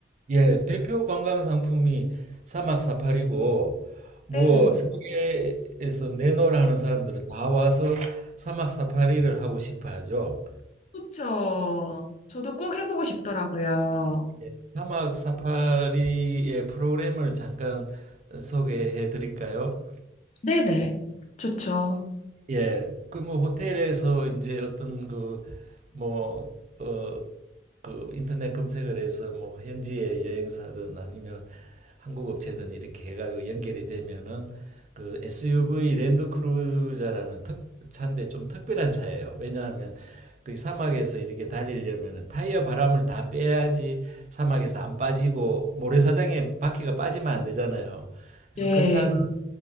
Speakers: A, on the right; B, on the left.
A: 예, 대표 관광 상품이 사막 사파리고 뭐
B: 네.
A: 세계에서 내노라 하는 사람들은 다 와서 사막 사파리를 하고 싶어 하죠.
B: 그렇죠. 저도 꼭 해보고 싶더라고요.
A: 예, 사막 사파리의 프로그램을 잠깐 소개해 드릴까요?
B: 네네. 좋죠.
A: 예, 그 뭐 호텔에서 이제 어떤 그뭐어그 인터넷 검색을 해서 뭐 현지의 여행사든 아니면 한국 업체든 이렇게 해가지고 연결이 되면은 그 SUV 랜드크루저라는 특 차인데 좀 특별한 차예요. 왜냐하면 그 사막에서 이렇게 달리려면은 타이어 바람을 다 빼야지 사막에서 안 빠지고 모래사장에 바퀴가 빠지면 안 되잖아요. 그래서
B: 네.
A: 그 차는